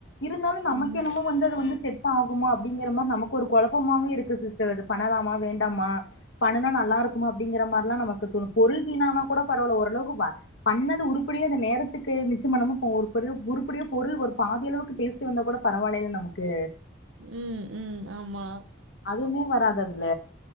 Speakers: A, on the left; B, on the right.
A: இருந்தாலு நமக்கு
B: ஆமா.
A: என்னமோ வந்து அது வந்து செட் ஆகுமோ அப்டிங்கிற மாரி நமக்கு ஒரு கொழப்பமாவவே இருக்கு சிஸ் இது பண்ணலாமா வேண்டாமா பண்ணுனா நல்லா இருக்குமா அப்டிங்கிற மாரி எல்லா நமக்கு தோனு பொருள் வீணான கூட பரவால ஓரளவுக்கு பண்ணத உருப்படியா அந்த நேர த்துக்கு மிச்சம் பண்ணாம ஒரு பொருள் உருபடியா பொருள் ஒரு பாதி அளவுக்கு டேஸ்ட் வந்தா கூட பரவாயில்லல்ல நமக்கு
B: ம் ம் ஆமா
A: அதுமே வராது அதுல